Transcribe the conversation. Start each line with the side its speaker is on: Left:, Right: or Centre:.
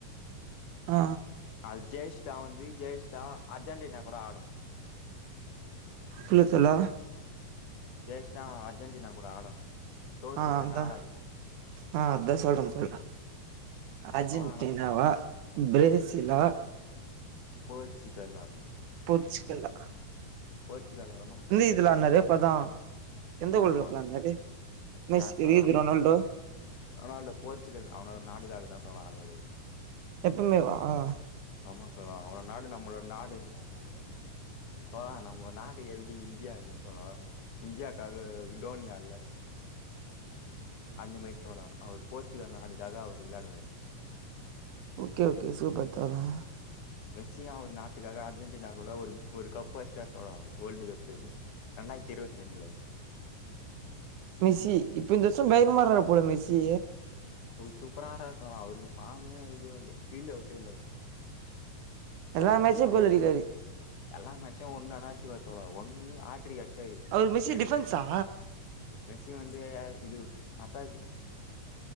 Right: ஆ
Left: அது ஜெய்ஷ்டா வந்து ஜெய்ஷ்டா அர்ஜென்டினா கூட ஆடு
Right: கில்ல தோழா
Left: ஜெய்ஷ்டா அவ அர்ஜென்டினா கூட ஆடு தோத்துச்சுன்னா
Right: ஆ அதா
Left: ஆடாது போல
Right: ஆ அதா சொல்றே சொல்றே அர்ஜென்டினாவா
Left: தோழா ஆனா ஸ்
Right: பிரேசிலா
Left: போர்ச்சிகல்லா
Right: போர்ச்சுக்கல்ல
Left: போர்ச்சுகல்னா
Right: இதுல நெறையாபதா எந்த
Left: யார்
Right: ஊரு <unintelligible>
Left: தோழா யார் தோழா
Right: ரொனால்டோ
Left: ரொனால்டோ போர்ச்சுகல் அவனோட நாட்டுகாகதா தோழ ஆடுவாரு
Right: எப்பமேவா
Left: ஆமா தோழா அவ நாடு நம்மளோட நாடு ப்போ நம்ம நாடு எப்டி இந்தியால தோழா இந்தியாக்காக டோனி ஆ ல அந்த மேரி தோழா அவர் போர்ச்சுகல் நாடுக்காக அவரு விளாடுவாரு
Right: ஓகே ஓகே சூப்பர் தோழா
Left: மெஸ்ஸியு அவுரு நாட்டுக்காக அர்ஜென்டினா கூட ஒரு ஒரு கப்பு அடிச்டாறு தோழா வேல்டு கப்பு ஆயிர்த்தி இருவத்தி ரெண்ல
Right: மெஸ்ஸி இப்ப இந்தருச பயங்ரமா ஆறாறு போல மெஸ்ஸி
Left: அவரு சூப்பரா ஆராறு தோழா அவருக்கு ஃபார்மே இதுவு இல்ல ஃபீல்டு அவுட்டே இல்ல
Right: எல்லா
Left: அவுருதா
Right: மேட்சு
Left: போல
Right: கோல் அடிக்கிறாரு
Left: எல்லாமே ஒன்னு அனாச்சி <unintelligible> தோழா ஒன்னு ஆற்றியஷ் சரி
Right: அவரு மெஸ்ஸி
Left: எனக்
Right: டிஃபென்ஸா
Left: மெஸ்ஸி வந்து இது அட்டா